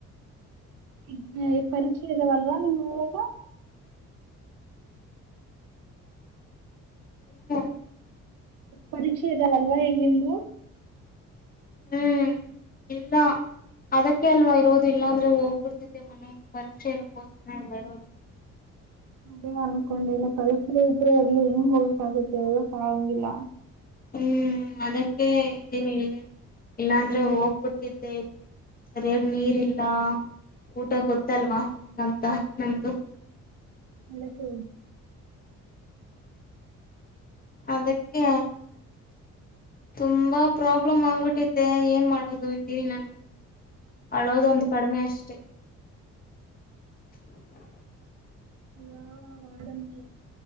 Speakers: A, on the right; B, on the left.
A: ಹಮ್ ಪರೀಕ್ಷೆ ಇದಾವೆ ಅಲ್ವ ಇವಾಗ
B: ಹು
A: ಪರೀಕ್ಷೆ ಎಧವ ಅಲ್ವ ಈಗ್ ನಿಮಗ
B: ಹಮ್ ಇಲ್ಲ ಅದಕ್ಕೆ ಅಲ್ವ ಇರೋದು ಇಲ್ಲಿ ಇಲ್ಲ ಅಂದ್ರೆ ಹೋಗ್ಬಿಡ್ತಿದೆ ಮನಗೆ ಪರೀಕ್ಷೆ ಇರಾಕ್ ಕೊಸರಾ ನೆ ಇರೋದು ಇಲ್ಲಿ
A: ಇನ್ನು ಅನ್ಕೊಂಡಿಲ್ಲ ಪರೀಕ್ಷೆ ಇದ್ರೆ ಎಲ್ಲಿ ಹೆಂಗ್ ಹೋಗಕಾಗುತ್ತೆ ಯಲ್ಲೂ ಹೋಗಂಗ್ ಇಲ್ಲ
B: ಹ್ಮ್ ಅದಕ್ಕೆ ಇದೀನ್ ಇಲ್ಲೇ ಇಲ್ಲಾಂದ್ರೆ ಹೋಗ್ಬಿಡ್ತಿದೆ ಸರಿಯಾಗ್ ನೀರ್ ಇಲ್ಲ, ಊಟ ಗೊತಲ್ವ ಹೆಂಗ್ ಅಂತ <unintelligible>
A: ಮತ್ತೇ
B: ಅದಕ್ಕೆ ತುಂಬಾ ಪ್ರಾಬ್ಲಮ್ ಆಗ್ಬಿಟೈತೆ ಏನ್ ಮಾಡೋದು ಇಲ್ಲಿ ನಂಗೆ ಅಲೋಧ್ ಒಂದ್ ಕಡಿಮೆ ಅಷ್ಟೆ <unintelligible>
A: ಯಾವಾಗ್ <unintelligible>